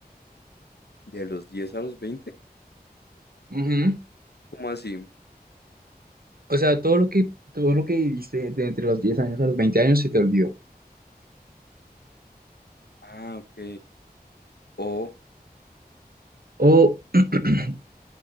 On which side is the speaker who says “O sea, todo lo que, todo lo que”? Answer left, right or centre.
Right